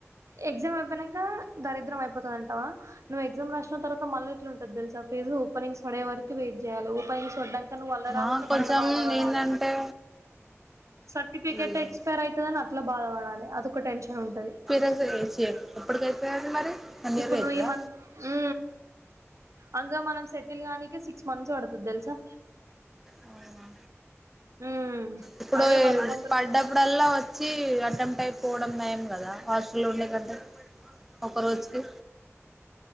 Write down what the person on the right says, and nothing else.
ఎగ్జామ్ ఐపోయినాంక దరిద్రం అయిపోతాది అంటావా నువ్వు ఎగ్జామ్ రాసిన తర్వాత మళ్ళీ ఎట్లా ఉంటది తెల్స్ ద ఫెజు ఓపెనింగ్స్ వడే వరకు వెయిట్ చేయాల ఒపెనింగ్స్ వడ్డంక అక్క నువ్వు వళ్ల రావోతే
మళ్ళ బాధపడాలె
సర్టిఫికెట్
ఎక్స్పైర్ ఐతదని అట్ల బాధ పడాలె అదొక టెన్షన్ ఉంటది
ఇప్పు
నువ్ ఇయ్ మన్ ఊ అంగ మన మనం సెటిల్ గానీకె సిక్స్ మంత్స్ పడుతది తెలుసా
మ్మ్
అదే
బాధ కొందరు